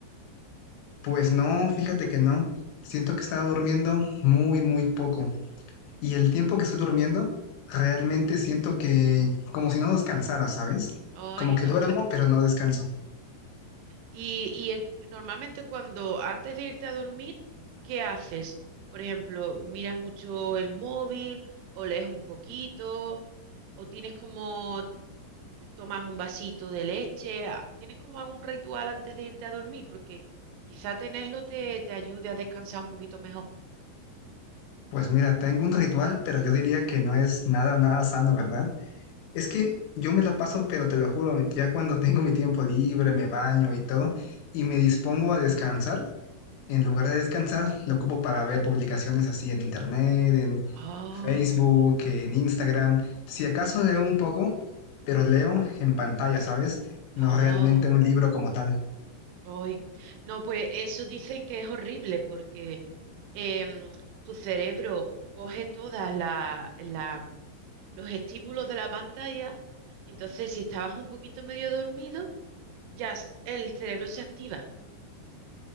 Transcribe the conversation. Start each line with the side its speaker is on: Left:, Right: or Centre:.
Left: Pues no, fíjate que no. Siento que he estado durmiendo muy, muy poco. Y el tiempo que estoy durmiendo, realmente siento que como si no descansara, ¿sabes?
Right: Ay,
Left: Como que
Right: no.
Left: duermo, pero no descanso.
Right: Y, y es- normalmente cuando antes de irte a dormir, ¿qué haces? Por ejemplo, ¿miras mucho el móvil o lees un poquito o tienes como tomas un vasito de leche? a- ¿Tienes como algún ritual antes de irte a dormir? Porque quizá tenerlo te, te ayude a descansar un poquito mejor.
Left: Pues mira, tengo un ritual, pero yo diría que no es nada, nada sano, ¿verdad? Es que yo me la paso, pero te lo juro, ya cuando tengo mi tiempo libre, me baño y todo,
Right: Ujú.
Left: y me dispongo a descansar, en lugar de descansar, lo ocupo para ver publicaciones así en internet, en
Right: Ah,
Left: Facebook, en Instagram. Si acaso leo un poco, pero leo en pantalla, ¿sabes? No
Right: ah,
Left: realmente un libro como tal.
Right: ay. No, pues eso dicen que es horrible porque em, tu cerebro coge todas la, la- los estímulos de la pantalla y entonces si estabas un poquito medio dormido, ya s- el cerebro se activa.